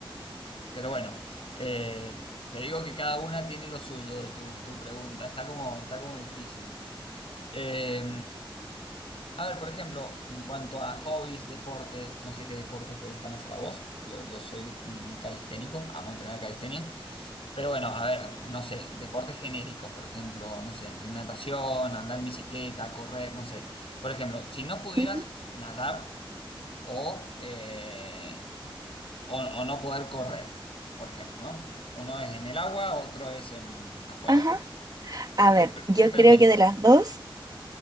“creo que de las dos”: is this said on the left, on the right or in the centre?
Right